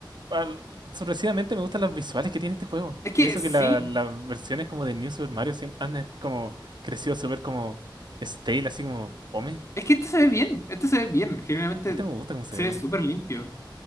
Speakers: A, on the right (about 65°); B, on the left (about 35°).
A: al- sorpresivamente me gustan las visuales que tiene este juego.
B: Es que
A: Y eso
B: sí,
A: que la- las versiones como de New Super Mario siempre han eh, como crecido súper como stale, así como fome.
B: es que este se ve bien, este se ve bien, generalmente
A: Este me gusta cómo se
B: se
A: ve.
B: ve súper limpio.